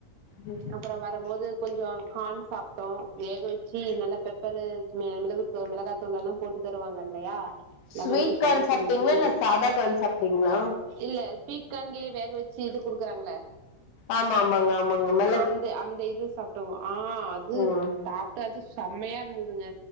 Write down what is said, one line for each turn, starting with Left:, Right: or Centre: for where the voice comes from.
Left: து
Right: அப்றோ வரம்போது கொஞ்சோ கான் சாப்டோ வேக வச்சு நல்லா பெப்பரு மிளகுத் மிளகாதூள் எல்லா போட்டு தருவாங்க இல்லயா லெமன்
Left: ஸ்வீட்
Right: ஜூஸ்
Left: கார்ன்
Right: எல்லா
Left: சாப்ட்டீங்களா
Right: புழிஞ்சி
Left: இல்ல சாதா கார்ன் சாப்ட்டீங்களா
Right: இல்ல ஸ்வீட் கான்லே வேக வச்சு இது குடுக்குறாங்களே
Left: ஆம்மம்மாங்க ஆமாங் ஆம
Right: அந்த அந்த இது சாப்டோங்க ஆ அது
Left: ம்
Right: டாப்டாச்சு செம்மயா இருந்ததுங்க